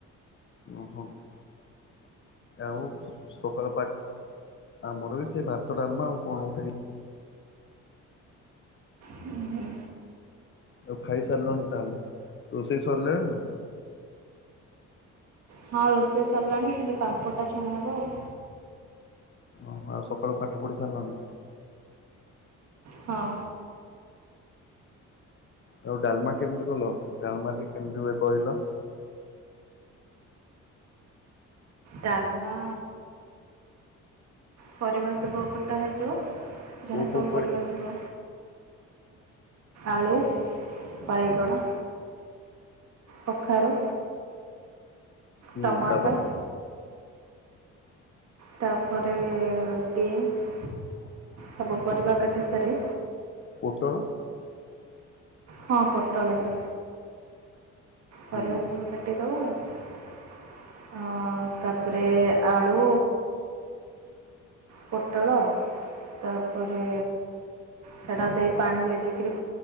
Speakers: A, on the left; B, on the right.
A: ଓ ହୋ। ଆଉ ସକାଳ ପାଠ ଆମର ବି ସେଇ ଭାତ ଡାଲମା ଆଉ କଣ ଉଠେଇ
B: ହୁ ହୁଁ
A: ଆଉ ଖାଇ ସାରିଲଣି ତାହେଲେ ରୋଷେଇ ସରିଲାଣି?
B: ହଁ ରୋଷେଇ ସରିଲାଣି ଖାଲି ପାମ୍ପଡଟା ଛଣାହବ ଆଉ
A: ଓହୋ ଆଉ ସକାଳୁ ପାଠ ପଢି ସାରିଲାଣି?
B: ହଁ।
A: ଆଉ ଡାଲମା କେମିତି କଲ ଡାଲମା ଟିକେ କେମିତି ହୁଏ କହିଲ?
B: ଡାଲମା ପରିବା ସବୁ କଟା ହେଯାଉ
A: କୋଉ
B: ଯାହା ସବୁ
A: କୋଉ
B: ପରିବା ଥିବ ଆଳୁ ବାଇଗଣ କଖାରୁ
A: ହୁଁ
B: ଟମାଟର
A: ତାପରେ
B: ତାପରେ ବିନ୍ସ
A: <inaudible>
B: ସବୁ ପରିବା କାଟି ସାରେ
A: ପୋଟଳ?
B: ହଁ ପୋଟଳ ବି ପରିବା
A: ହୁଁ
B: ସବୁ କାଟିଦବ ଅ ତାପରେ ଆଳୁ ପୋଟଳ ତାପରେ ସେଟା ଦେଇ ପାଣି ଦେଇ ଦେଇକି